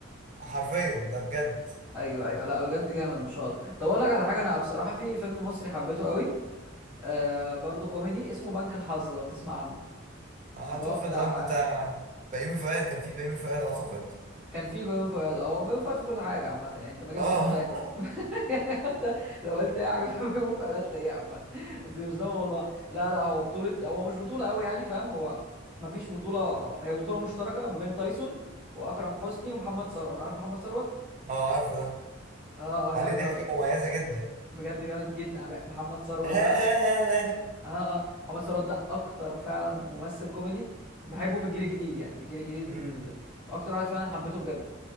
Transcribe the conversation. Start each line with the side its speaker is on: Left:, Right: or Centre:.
Right: حرفيا ده بجد
Centre: ايوه ايوه لا بجد جامد ما شاء الله طب اقول لك على حاجه انا بصراحه في فيلم مصري حبيته قوي آه برضه كوميدي اسمه بنك الحظ لو تسمع عنه
Right: اعتقد
Centre: اللي هو بتاع
Right: اه بتاع بيومي فؤاد كان في بيومي فؤاد اعتقد
Centre: كان في بيومي فؤاد اه هو بيومي فؤاد في كل حاجه عامه يعني انت ما جبتش
Right: اه
Centre: التايه
Right: <laughs>
Centre: <laughs> يعني حتى لو قلت اي حاجه في بيومي فؤاد هتلاقيها عامه بس مش ده الموضوع لا لا هو بطوله هو مش بطوله قوي يعني فاهم هو ما فيش بطوله هي بطوله مشتركه ما بين تايسون واكرم حسني ومحمد ثروت عارف محمد ثروت
Right: اه عارفه ده
Centre: اه اه
Right: عليه
Centre: جامد
Right: ضحكه
Centre: قوي ده
Right: مميزه جدا
Centre: بجد جامد جدا أنا بق- محمد ثروت
Right: <laughs>
Centre: ده اه اه محمد ثروت ده اكتر فعلا ممثل كوميدي بحبه في الجيل الجديد يعني في الجيل الجديد
Right: امم
Centre: ال- اكتر واحد فعلا حبيته بجد